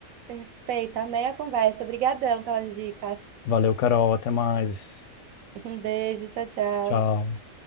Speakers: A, on the right; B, on the left.
A: Perfeito, amei a conversa. Obrigadão pelas dicas. <laughs>
B: Valeu, Carol. Até mais.
A: Um beijo, tchau, tchau.
B: Tchau.